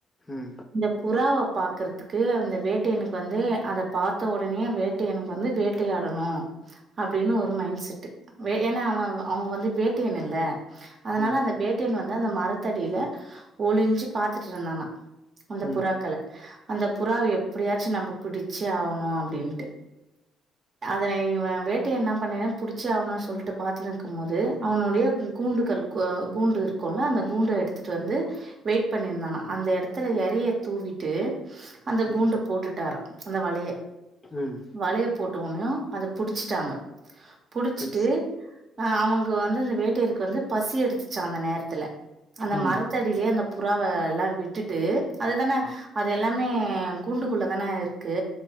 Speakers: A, on the left; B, on the right.
A: ம்
B: இந்த புறாவ பாக்கற்துக்கு அந்த வேட்டையனுக் வந்து அத பாத்த உடனேயே வேட்டையனுக் வந்து வேட்டையாடனோ அப்டின்னு ஒரு மைண் செட்டு வே ஏன்னா அவ அ அவுங்க வந் வேட்டையன் இல்ல அதனால
A: ம்
B: அந்த வேட்டையன் வந்து து அந்த மரத்தடியில ஒளிஞ்சி பாத்துட்ருந்தானா அந்த
A: ம்
B: புறாக்கள அந்த புறாவ எப்படியாச்சு நம்போ பிடிச்சே ஆவனு அப்டின்ட்டு அத இவ வேட்டையன் நம்பனே புடிச்சி ஆவனு சொல்ட்டு பாத்துனு இருக்குமோது அவனுடைய கை கூண்டுகள் கோ கூண்டு இருக்கோல்ல அந்த கூண்டு எடுத்துட்டு வந்து வெயிட் பண்ணியிருந்தானா அந்த எடத்துல எறைய தூவிட்டு அந்த
A: சரி
B: கூண்ட போட்டுட்டாரா அந்த வலைய
A: ம்
B: வலைய போட்ட ஒன்யோ அத புடிச்சட்டாங்க புடிச்சிட்டு
A: கண்டிச்ட்
B: ஆ அவங்க வந்து இந்த வேட்டையருக்கு வந்து பசி எடுத் துச்சா அந்த நேரத்துல அந்த
A: ம்
B: மரத்தடியலேயே அந்த புறாவ எல்லா விட்டுட்டு அதுதான
A: ஆ
B: அது எல்லாமே ஹ் கூண்டுக்குள்ள தானே இருக் கு